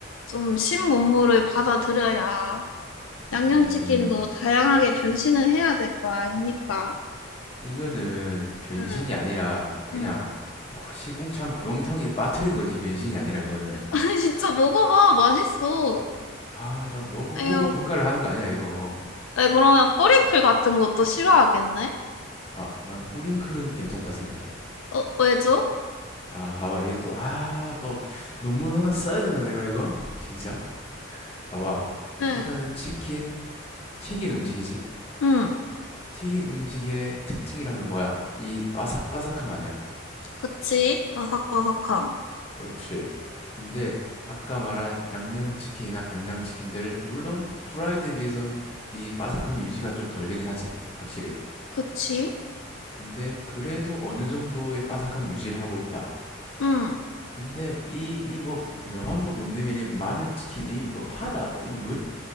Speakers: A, on the left; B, on the left.
A: 좀 신문물을 받아들여야 양념치킨도
B: 아니,
A: 다양하게 변신을 해야 될 거 아닙니까?
B: 이거는 변신이
A: 응,
B: 아니라 그냥
A: 응.
B: 구- 시궁창 구렁텅이에 빠뜨린 거지, 변신이 아니라 이거는.
A: <laughs> 진짜 먹어봐. 맛있어.
B: 아, 난 먹어보고
A: 아유,
B: 평가를 하는 거 아니야, 이거.
A: 왜 그러면 뿌링클 같은 것도 싫어하겠네?
B: 아, 난 뿌링클은 괜찮다 생각해.
A: 어, 왜죠?
B: 아, 봐봐, 이게 또, 아, 또 논문 하나 써야 되나, 내가 이거? 진짜? 봐봐.
A: 응,
B: 일단은 치킨, 튀긴 음식이지.
A: 응,
B: 튀김 음식의 특징이라면 뭐야? 이 바삭바삭함 아니야?
A: 그치. 바삭바삭함.
B: 그렇지. 근데 아까 말한 양념치킨이나 간장치킨들 물론 후라이드에 비해선 이 바삭함이 유지가 좀 덜 되긴 하지. 확실히.
A: 그치.
B: 근데 그래도 어느 정도의 바삭함 유지를 하고 있다.
A: 응.
B: 근데 이 이 뭐 명함도 못 내밀이 마늘치킨 이 뭐 파다 이뭐